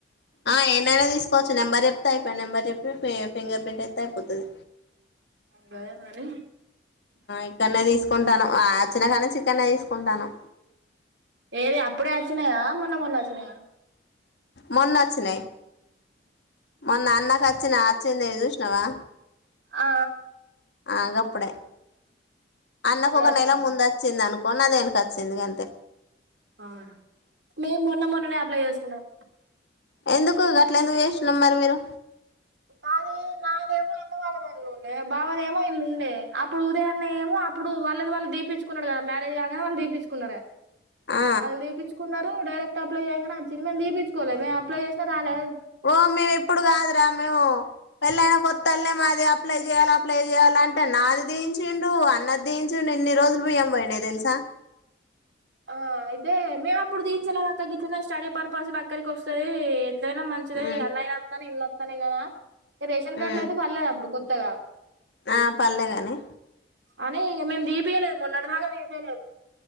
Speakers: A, on the left; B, on the right.
A: ఆ ఏడనైన తీసుకోవచ్చు నెంబర్ చెప్తే అయిపాయే నెంబర్ చెప్పి ఫింగర్ ప్రింట్ ఎత్తే అయిపోతది
B: సరే మరి
A: ఇక్కడనే కుంటాను ఆ వచ్చిన కానీ చికెన్ తీసుకుంటాన్నం
B: ఏది అప్పుడే వచ్చినాయా మొన్న మొన్న ఒచ్చినయా
A: మొన్నొచ్చినయి మొన్న అన్నకొచ్చినయి అ చ్చింది చూస్నవా
B: ఆ
A: ఆ గప్పుడే అన్నకు
B: అప్పుడే
A: ఒక
B: వచ్చిందా
A: నెల ముందొచ్చింది అనుకో మొన్న దీనికి వచ్చింది గంతే
B: ఆ రా మేము మొన్న మొన్ననే అప్లై చేసుకున్నాం
A: ఎందుకు గట్ల ఎందుకు చేశ్నవ్ మరి మీరు
B: నాది నాదేమో అమ్మ బావదేమో ఇల్లు ఉండే అప్పుడు ఉదయాన్నే ఏమో అప్పుడు వాళ్ళది వాళ్ళు దీపించుకున్నాడు. కదా మ్యారే పెళ్లి గంగానే వాళ్ళు దీపించకున్నారా
A: ఆ
B: వాళ్ళు దీపించుకున్నారు. డైరెక్ట్ అప్లై చేయంగానే అచ్చింది. మేము దీపించుకోలే మేము అప్లై చేసినా రాలే
A: ఓ మేము ఇప్పుడు కాదు రా మేము పేళ్ళైనా కొత్తల్నే మాది అప్లై చేయాలి అప్లై చేయాల అంటే నాది తీన్ చ్చిండు అన్న దీయించుడు ఇన్ని రోజులు బియ్యం పోయానాయి తెలుసా
B: ఆ అయితే మేము అప్పుడు దించయలే ద అక్క గిట్లనే స్టడీ పర్పస్ లో అక్కరికి వస్తది. అయినా మంచిదే
A: ఉమ్
B: ఈ అన్లై నా అత్తనయీ ఎండ్ల అత్తన్నాయి గదా రేషన్ కార్డ్లకుయితే
A: ఉమ్
B: పర్లేదు అప్పుడు కొత్ త్తగా
A: ఆ పర్లేగాని
B: అని ఇక మేము దీపియ్యలేదు మొన్నటి దాకా దీపియ్యలేదు